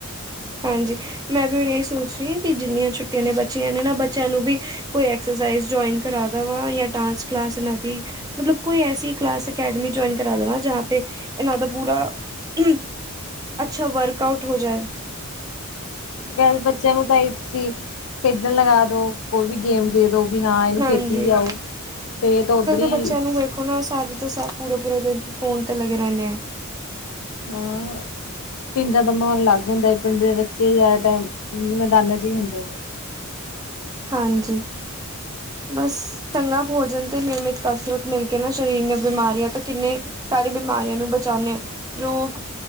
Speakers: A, on the right; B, on the left.
A: ਹਾਂਜੀ ਮੈਂ ਵੀ ਹੁਣ ਇਹ ਸੋਚ ਰਹੀ ਹਾਂ ਕਿ ਜਿੰਨੀਆ ਛੁੱਟੀਆਂ ਨੇ ਬੱਚਿਆਂ ਨੇ ਨਾ ਬੱਚਿਆਂ ਨੂੰ ਵੀ ਕੋਈ ਐਕਸਰਸਾਈਜ਼ ਜੁਇਨ ਕਰਾ ਦਾ ਵਾ, ਜਾ ਡਾਂਸ ਕਲਾਸ ਇਹਨਾਂ ਦੀ। ਮਤਲਬ ਕੋਈ ਐਸੀ ਕਲਾਸ ਅਕੈਡਮੀ ਜੋਇਨ ਕਰਾ ਦੇਵਾ ਜਹਾ ਪੇ ਇਹਨਾਂ ਦਾ ਪੁਰਾ, ਹੂੰ। ਅੱਛਾ ਵਰਕਆਊਟ ਹੋ ਜਾਏ।
B: ਵੈਸੇ ਬੱਚਿਆਂ ਨੂੰ ਤਾਂ ਹੀ ਤੁਸੀਂ ਖੇਡਣ ਲਗਾ ਦੋ ਉਹ ਵੀ ਗੇਮ ਦੇ ਦੋ ਵੀ ਹਾਂ ਇਹਨੂੰ
A: ਹਾਂਜੀ,
B: ਖੇਡੀ ਜਾਓ ਫੇਰ ਤਾਂ ਉੱਧਰ ਹੀ,
A: ਬੱਚਿਆਂ ਨੂੰ ਵੇਖੋ ਹਣਾ ਸਾਡਾ ਤਾਂ ਸਭ ਪੂਰੇ-ਪੂਰੇ ਦਿਨ ਚ ਫੋਨ ਤੇ ਲੱਗੇ ਰਹਿੰਣੇ ਆ।
B: ਹਾਂ। ਪਿੰਡਾਂ ਦਾ ਮਾਹੌਲ ਅਲੱਗ ਹੁੰਦਾ ਏ ਪਿੰਡ ਦੇ ਬੱਚੇ ਜ਼ਿਆਦਾ ਟਾਈਮ ਮੈਦਾਨਾਂ ਚ ਹੀ ਹੁੰਦੇ ਨੇ।
A: ਹਾਂਜੀ। ਬਸ ਚੰਗਾ ਭੋਜਨ ਤੇ ਨਿਯਮਿਤ ਕਸਰਤ ਮਿਲ ਕੇ ਨਾ ਸਰੀਰ ਨੇ ਬਿਮਾਰੀਆਂ ਤੋ ਕਿੰਨੇ ਸਾਰੇ ਬਿਮਾਰੀਆਂ ਨੂੰ ਬਚਾਣੇ ਆ ਰੋਗ